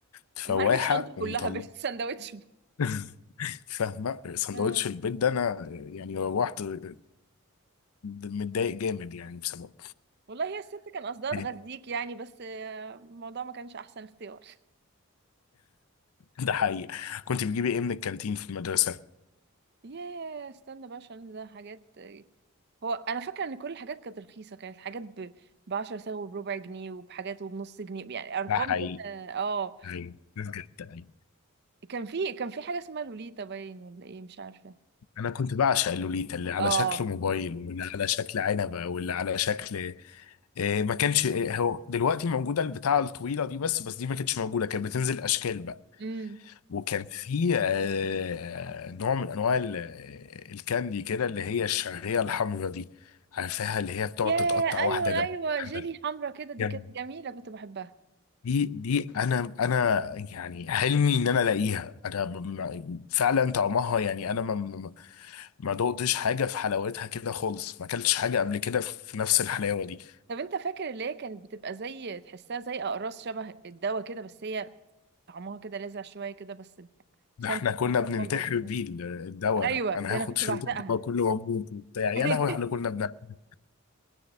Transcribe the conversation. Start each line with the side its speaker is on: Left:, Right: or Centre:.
Left: فواحه
Right: انا هرمي الشنطه
Left: ومطلعه
Right: كلها بالسندوتش ده.
Left: <laughs> فاهمه
Right: <laughs>
Left: سندوتش
Right: اه
Left: البيت ده انا يعني روحت آه، متضايق جامد يعني بسببه
Right: والله هي الست كان قصدها
Left: <laughs>
Right: تغذيك يعني بس آه، الموضوع ما كانش احسن اختيار
Left: ده حقيقي كنت بتجيبي ايه من الكانتين في المدرسه
Right: ياه استنى بقى عشان ده حاجات آه، هو انا فاكره ان كل الحاجات كانت رخيصه كانت حاجات ب 10 سنت وبربع جنيه وبحاجات وبنص جنيه يعني ارقام
Left: ده حقيقي
Right: كده اه
Left: ايوه ده بجد ايوه
Right: كان في كان في حاجه اسمها لوليتا باين ولا ايه مش عارفه
Left: انا كنت بعشق اللوليتا اللي على
Right: اه
Left: شكل موبايل واللي على شكل عنبه واللي على شكل إيه، ما كانش إيه، هو دلوقتي موجوده البتاعه الطويله دي بس بس دي ما كانتش موجوده كانت بتنزل اشكال بقى
Right: امم
Left: وكان في آه، نوع من انواع ال- آه، الكاندي كده اللي هي الشعريه الحمراء دي عارفاها اللي هي بتقعد
Right: ياه
Left: تتقطع واحده
Right: ايوه
Left: جنب
Right: ايوه
Left: واحده
Right: جيلي حمرا كده دي
Left: جنب
Right: كانت جميله كنت بحبها
Left: دي دي انا انا يعني حلمي ان انا الاقيها انا م- فعلا طعمها يعني انا ما ما ما دقتش حاجه في حلاوتها كده خالص ما اكلتش حاجه قبل كده في نفس الحلاوه دي
Right: طب انت فاكر اللي هي كانت بتبقى زي تحسها زي اقراص شبه الدواء كده بس هي طعمها كده لاذع شويه كده بس
Left: ده
Right: تفهمش
Left: احنا كنا
Right: تحسها
Left: بننتحر
Right: باودر شوية.
Left: بيه ال- الدواء
Right: ايوه
Left: ده انا
Right: ده
Left: هاخد
Right: انا كنت
Left: شريط
Right: بعشقها
Left: الدواء كله موجود وبتاع يا
Right: <laughs>
Left: لهوي احنا كنا بنعمل